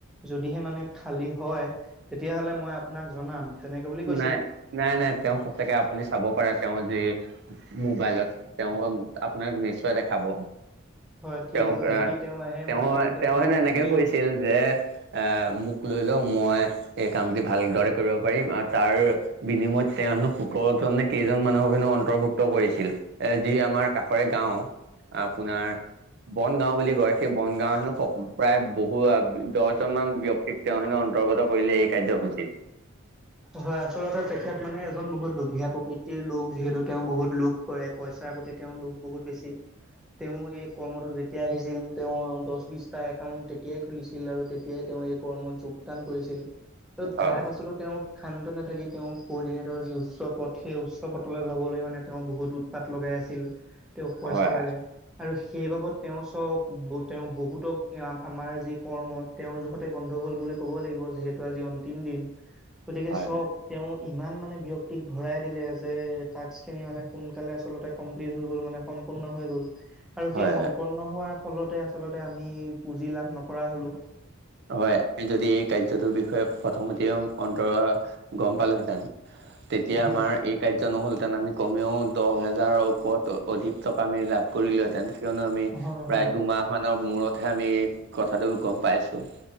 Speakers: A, in the centre; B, on the right.
A: যদিহে মানে খালী হয়, তেতিয়াহ'লে মই আপোনাক জনাম। তেনেকে বুলি কৈছিল।
B: নাই, নাই নাই, তেওঁ সঁচাকে আপুনি চাব পাৰে তেওঁ যি মোবাইলত, তেওঁ আপোনাক নিশ্চয় দেখাব।
A: হয় ঠিক
B: তেওঁক
A: আছে
B: এহ,
A: যদি আহে
B: তেওঁ,
A: মই তেন্তে
B: তেওঁ
A: তেওঁক
B: হেনে এনেকে
A: সুধিম।
B: কৈছিল যে এ, মোক লৈ যাওঁ মই, এই কামটি ভালদৰে কৰিব পাৰিম আৰু তাৰ, বিনিময়ত তেওঁ হেনো সোতৰ জন নে কেইজন মানুহক হেনো অন্তৰ্ভুক্ত কৰিছ <unintelligible> এ যি আমাৰ কাষৰে গাওঁ, আপোনাৰ বন গাওঁ বুলি কয়, সেই বন গাওঁ হেনো, প্ৰায় বহু দহ কিছুমান ব্যয়ক্তিক তেওঁহেনো অন্তৰ্গত কৰিলে এই কাৰ্যসূচীত।
A: হয়, আচলতে তেখেত মানে এজন বহুত লোভীয়া প্ৰকৃতিৰ লোক যিহেতু তেওঁ বহুত লোক কৰে পইচাৰ প্ৰতি তেওঁৰ লোভ বহুত বেছি। তেওঁ এই কৰ্মটো যেতিয়া আহিছিল তেওঁৰ দহ বিশটা একাউণ্ট তেতিয়াই খুলিছিল আৰু তেতিয়াই তেওঁ এই কৰ্মত যোগদান কৰিছিল, আৰু
B: হয়
A: তাৰ পাছতো তেওঁ খান্ত নাথাকি তেওঁ ক'ৰ্ডিনেটৰ যি উচ্চ পথ সেই উচ্চ পথলৈ যাবলৈ মানে তেওঁ বহুত উ পাত লগাই আছিল, তেওঁক পইচা
B: হয়
A: লাগে, আৰু সেইবাবদ তেওঁ চক তেওঁ বহুতক আমাৰ যি কৰ্ম তেওঁৰ যহতে বন্ধ হ'ল বুলি ক'ব লাগিব যিহেতু আজি তিন দিন। গতিকে
B: হয়
A: চব
B: হয়
A: তেওঁ ইমান মানে ব্যক্তিক ভৰাই দিলে টাস্কখিনি মানে সোনকালে আচলতে কমপ্লিট হৈ গল মানে সম্পূৰ্ণ হৈ গ'ল, আৰু
B: হয়
A: সেই সম্পন্ন হোৱাৰ ফলতে আচলতে আমি পুঁজি লাভ নকৰা হলো।
B: হয়, আমি যদি এই কাৰ্যটোৰ বিষয়ে প্ৰথমতে অন্তৰ গম পালাহেঁতেন, তেতিয়া
A: হয়
B: আমাৰ এই কাৰ্য নহ'লহেঁতেন আমি কমেও দহ হেজাৰৰ ওপৰত অধিক টকা আমি লাভ কৰিলোহেঁতেন। কিয়নো আমি,
A: হয়
B: প্ৰায়
A: হয়
B: দুমাহ মানৰ মূৰতহে আমি এই কথাটো গম পাইছোঁ।